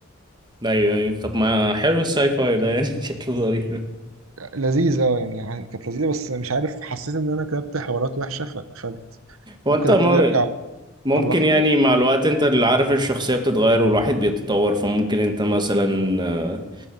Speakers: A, on the right (about 20°); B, on the right (about 85°).
A: ايوه ايوه طب ما حلو الساي فاي ده يعني <laughs> شكله ظريف
B: لذيذ اه يعني كانت لذيذة بس مش عارف حسيت إن أنا كتبت حوارات وحشة فاتقفلت
A: هو
B: ممكن
A: انت
B: أبتدي
A: م-
B: أرجع
A: ممكن
B: وأصلحها
A: يعني
B: يعني
A: مع الوقت انت اللي عارف الشخصية بتتغير والواحد بيتطور فممكن انت مثلا آه،